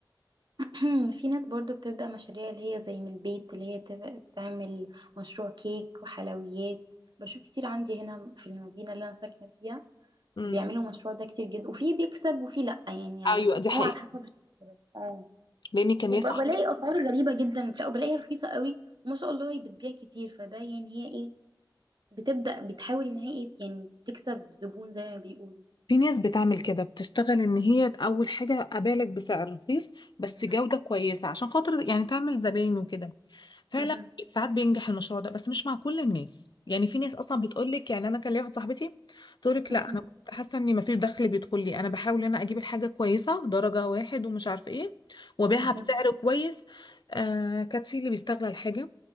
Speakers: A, on the right (about 65°); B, on the left (about 60°).
A: <clears throat> في ناس برضو بتبدأ مشاريع اللي هي زي من البيت اللي هي تف- تعمل مشروع كيك وحلويات بشوف كتير عندي هنا في المدينة اللي أنا ساكنة فيها
B: امم
A: بيعملوا مشروع ده كتير جدا وفي بيكسب وفي لأ يعني
B: ايوه دي حقيقة
A: هو على حسب الشهرة. اه
B: لان كان
A: وبلاقي
B: ليا صاحبتي
A: أسعار غريبة جدا لا وبلاقيها رخيصة قوي وما شاء الله هي بتبيع كتير فده يعني هي ايه بتبدأ بتحاول ان هي ايه يعني تكسب زبون زي ما بيقولوا
B: في ناس بتعمل كده بتشتغل ان هي اول حاجة ابالغ بسعر رخيص بس
A: مهم.
B: جودة كويسة عشان خاطر يعني تعمل زباين وكده فعلا
A: مهم.
B: ساعات بينجح المشروع ده بس مش مع كل الناس يعني في ناس اصلا بتقول لك يعني انا كان ليا واحده صاحبتي تقول لك
A: مهم.
B: لا انا كنت حاسه اني ما فيش دخل بيدخل لي انا بحاول ان انا اجيب الحاجه كويسه درجه واحد ومش عارفه ايه وابيعها
A: مهم.
B: بسعر كويس آه كانت في اللي بيستغل الحاجه